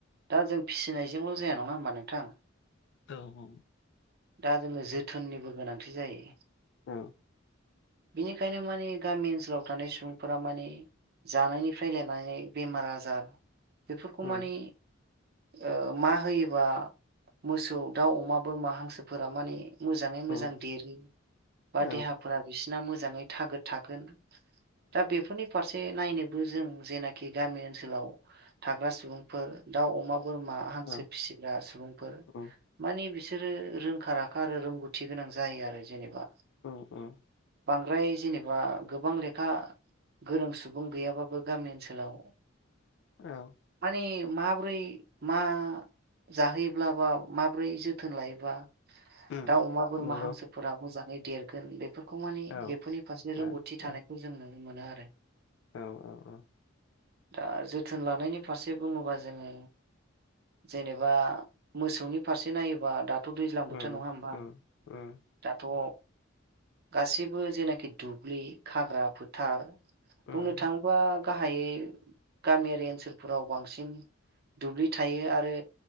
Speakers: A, on the right; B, on the left.
A: दा जों फिसिनायजोंल' जाया नङा होमबा नोंथां।
B: औ औ।
A: दा जोङो जोथोननिबो गोनांथि जायो।
B: औ।
A: बेनिखायनो माने गामि ओनसोलाव थानाय सुबुंफोरा माने जानायनिफ्राय लेनानै बेमार आजार बेफोरखौ
B: उम
A: माने ओ मा होयोबा मोसौ, दाउ, अमा, बोरमा हांसोफोरा माने मोजाङै मोजां
B: उम
A: देरो बा
B: औ
A: देहाफोरा बिसिना मोजाङै थागोद थागोन। दा बेफोरनि फारसे से नायनोबो जों जेनाखि गामि ओनसोलाव थाग्रा सुबुंफोर दाउ, अमा, बोरमा, हांसो
B: औ
A: फिसिग्रा सुबुंफोर
B: उम
A: मानि बिसोरो रोंखा राखा आरो रोंगौथि गोनां जायो आरो जेनेबा।
B: ओम ओ
A: बांद्राय जेनेबा गोबां लेखा गोरों सुबुं गैयाबाबो गामि ओनसोलाव
B: औ
A: मानिब माबोरै मा जाहोयोब्ला बाव माबोरै जोथोन लायोबा
B: उम
A: दाव अमा बोरमा
B: नंगौ
A: हांसोफोरा मोजाङै देरगोन बेफोर खौ माने
B: औ
A: बेफोरनि फारसे
B: औ
A: रोंगौथि
B: औ
A: थानायखौ जों नुनो मोनो आरो
B: औ औ औ
A: दा जोथोन लानायनि फारसे बुङोबा जोङो जेनेबा मोसौनि फारसे नायोबा दाद थ' दैज्लां
B: उम
A: बोथोर नङा होमबा
B: उम उम
A: दाथ' गासैबो जेनाखि दुब्लि खाग्रा फोथार
B: उम
A: बुंनो थाङोबा गाहायै गामियारि ओनसोलफोराव बांसिन दुब्लि थायो आरो